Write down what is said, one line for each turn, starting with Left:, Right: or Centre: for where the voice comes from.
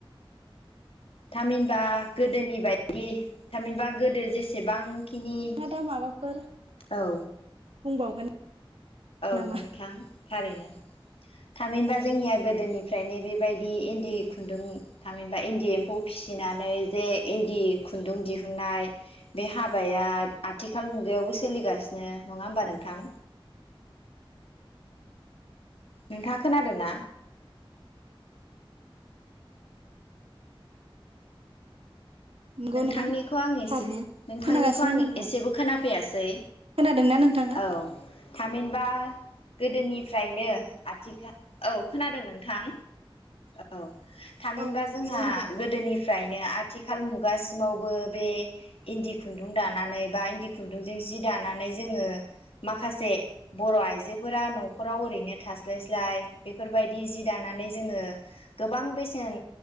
Left: थामहिनबा गोदोनि बायदि। थामहिनबा गोदो जेसेबांखिनि
Right: नोंथाङा दा माबाफोर
Left: औ।
Right: बुंबावगोन।
Left: औ
Right: नामा
Left: नोंथां। थारैनो थामहिनबा जोंनिया गोदोनिफ्रायनो बेबायदि इन्दि खुन्दुं थामहिनबा इन्दि एम्फौ फिसिनानै जे इन्दि खुन्दुं दिहुननाय बे हाबाया आथिखाल मुगायावबो सोलिगासिनो नङा होमबा नोंथां। नोंथाङ खोनादों ना?
Right: नंगौ
Left: नोंथांनिखौ
Right: नोंथां
Left: आं एसे
Right: थारैनो
Left: नोंथांनिखौ
Right: खोनागासिनो
Left: आं
Right: नोंथां
Left: एसेबो खोनाफैयासै
Right: खोनादोंना नोंथाङा
Left: औ थामहिनबा। गोदोनिफ्रायनो। आथिखाल औ खोनादों नोंथां औ थामहिनबा
Right: औ
Left: जोंहा
Right: बुं दे
Left: गोदोनि। फ्रायनो आथिखाल मुग। खुगासिमावबो बे इन्दि खुन्दुं दानानै बा इन्दि खुन्दुंजों जि दानानै जोङो माखासे बर आइजोफोरा नखराव ओरैनो थास्लायस्लाय बेफोरबायदि जि दानानै जोङो गोबां बेसेन